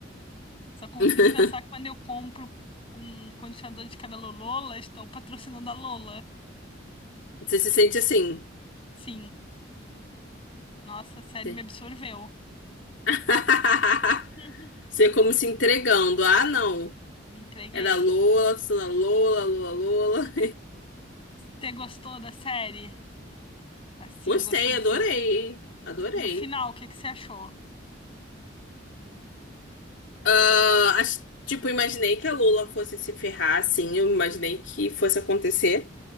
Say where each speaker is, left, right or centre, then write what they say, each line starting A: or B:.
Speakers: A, on the left; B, on the left.
A: Só consigo
B: <laughs>
A: pensar quando eu compro um condicionador de cabelo Lola, estou patrocinando a Lola.
B: Você se sente assim.
A: Sim. Nossa, a série
B: Você
A: me absorveu.
B: <laughs>
A: <laughs>
B: Você como se entregando. Ah, não.
A: Me, me entreguei.
B: É da Lola, sou da Lola, Lola, Lola.
A: Você gostou da série?
B: <laughs>
A: Assim,
B: Gostei,
A: gostou do
B: adorei.
A: final?
B: Adorei.
A: E o final, o que que você achou?
B: Ah, ach- tipo, imaginei que a Lula fosse se ferrar, assim, eu imaginei que fosse acontecer.